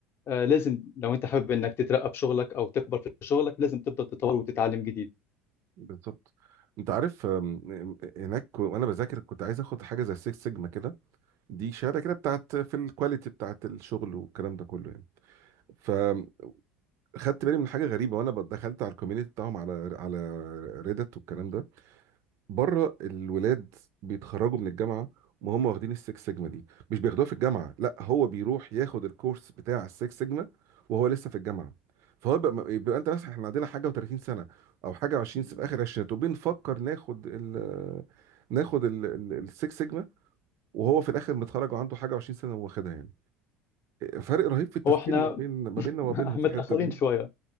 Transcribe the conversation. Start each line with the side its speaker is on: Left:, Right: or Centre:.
Left: آه، لازم لو انت حابب انك تترقى في شغلك او تكبر في شغلك لازم تفضل تتطور وتتعلم جديد
Right: بالظبط. انت عارف أم، هناك كو- وانا بذاكر كنت عايز اخد حاجه زي 6 سيجما كده دي شهاده كده بتاعت في الكواليتي بتاعت الشغل والكلام ده كله يعني فخدت بالي من حاجه غريبه وانا دخلت على الكوميونتي بتاعهم على على ريدت والكلام ده بره الولاد بيتخرجوا من الجامعه وهم واخدين السكس سيجما دي مش بياخدوها في الجامعه لا هو بيروح ياخد الكورس بتاع السكس سيجما وهو لسه في الجامعه فهو بقى, يبقى انت مثلا احنا عندنا حاجه و30 سنه او حاجه و20 في اخر عشرينات وبنفكر ناخد ال ناخد السكس سيجما وهو في الاخر متخرج وعنده حاجه و20 سنه واخدها يعني فرق رهيب في التفكير
Left: هو احنا
Right: ما بين ما
Left: <laughs>
Right: بيننا وما بينهم
Left: متاخرين
Right: في الحته دي
Left: شويه